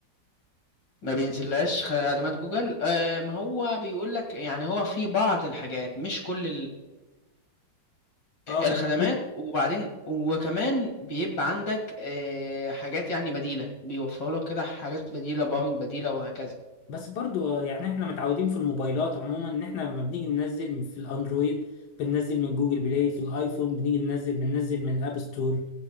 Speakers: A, on the left; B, on the left.
A: ما بينزلهاش خدمات جوجل آه ما هو بيقول لك يعني هو في بعض الحاجات مش كل
B: اه
A: الخدمات
B: مش كل-
A: وبعدين وكمان بيبقى عندك آه، حاجات يعني بديلة بيوفروا لك كده حاجات بديلة برامج بديلة وهكذا
B: بس برضو آه، يعني احنا متعودين في الموبايلات عموما ان احنا لما بنيجي ننزل في الاندرويد بننزل من جوجل بلاي في الايفون بنيجي ننزل بننزل من الاب ستور